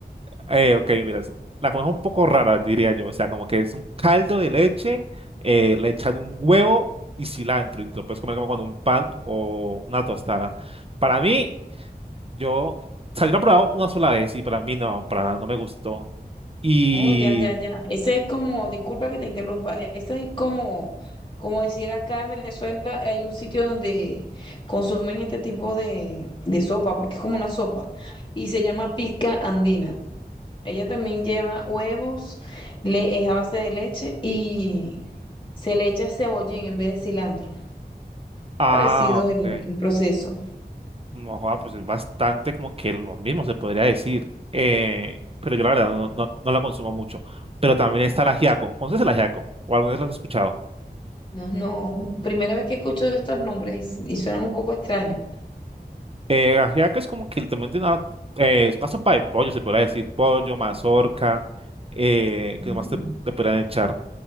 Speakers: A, on the right; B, on the left.
A: Eh, ok, mira, es- la comida es un poco rara, diría yo. O sea, como que es un caldo de leche, eh, le echan un huevo y cilantro y te lo puedes comer como con un pan o una tostada. Para mí, yo, o sea, yo lo he probado una sola vez y para mí no, para nada, no me gustó. Y,
B: Oh, ya, ya, ya. Ese es como, disculpa que te interrumpa, ese es como, como decir acá en Venezuela hay un sitio donde consumen este tipo de, de sopa, porque es como una sopa, y se llama pizca andina. Ella también lleva huevos, le, es a base de leche y se le echa cebollín en vez de cilantro.
A: ah,
B: Parecido
A: ok.
B: el, el proceso.
A: No, joda, pues es bastante como que lo mismo se podría decir. Eh, pero yo la verdad no, no, no la consumo mucho. Pero también está el ajiaco. ¿Conoces el ajiaco? ¿O alguna vez lo has escuchado?
B: No, no, primera vez que escucho estos nombres y, y suenan un poco extraños.
A: Eh, ajiaco es como que literalmente una, eh, es una sopa de pollo, se podría decir, pollo, mazorca, eh,
B: Mm.
A: ¿qué más te, te podrían echar?